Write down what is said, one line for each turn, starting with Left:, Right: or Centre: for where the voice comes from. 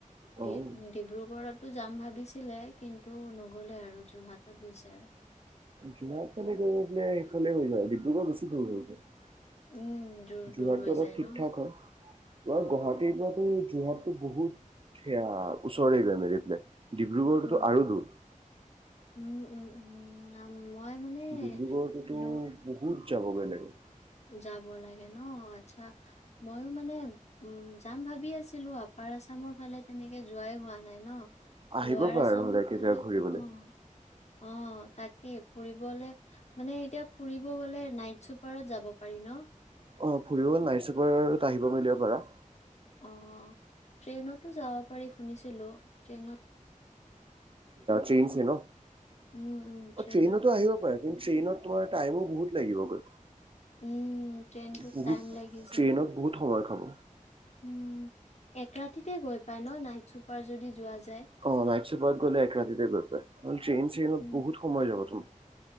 Left: ড
Right: অ'
Left: ডিব্ৰুগড়তো যাম ভাবিছিলে কিন্তু নগলে আৰু যোৰহাট তাত গৈছে আৰু
Right: যোৰহাট ফালে গৈ সেইফালে হৈ যায় ডিব্ৰুগড় বেছি দূৰ হৈ যায়
Left: উম, দূৰ
Right: যোৰহাটটো
Left: দূৰ হৈ
Right: অলপ
Left: যায়
Right: ঠিক
Left: ন
Right: ঠাক হয় তাৰ
Left: অ',
Right: গুৱাহাটীৰ পৰাতো যোৰহাট টো বহুত সেয়া ওচৰে গৈ মিলি পেলাই ডিব্ৰুগড়টোতো
Left: উম।
Right: আৰু দূৰ
Left: উম, উম আম মই মানে
Right: ডিব্ৰুগড়তোটো
Left: ল
Right: বহুত যাব বেলেগে
Left: যাব লাগে ন আচ্ছা ময়ো মানে উম যাম ভাবি আছিলো আপাৰ আছামৰ ফালে তেনেকে যোৱাই হোৱা নাই ন
Right: আহিব
Left: লৱাৰ
Right: পাৰ
Left: আছামৰ
Right: নহলে একেইজয়া
Left: ফালে
Right: ঘূৰিবলৈ
Left: অ', অ তাকেই ফুৰিবলে মানে এতিয়া ফুৰিব গলে নাইট চুপাৰত যাব পাৰি ন
Right: অ ফুৰিব নাইচুপাৰত আহিব মেলিব পাৰা
Left: অ ট্ৰেইনতো যাব পাৰি শুনিছিলো ট্ৰেইনত
Right: চেইনছে ন
Left: উম, উম,
Right: অ
Left: ট্ৰেইনৰ
Right: টেইনতো
Left: পৰা
Right: আহিব পাৰে কিন্তু টেইনত তোমাৰ টাইমো বহুত লাগিবগৈ
Left: উম, ট্ৰেইনটোত
Right: বহুত
Left: টাইম লাগি যায়,
Right: ট্ৰেইনত বহুত সহজ হ'ব
Left: উম এক ৰাতিতে গৈ পাই ন নাইট চুপাৰ যদি যোৱা যায়
Right: অ নাইট চোপাৰত গ'লে এক ৰাতিতে গৈ পাই ট্ৰেইন চেইনত
Left: উম,
Right: বহুত সময় যাব তোমাৰ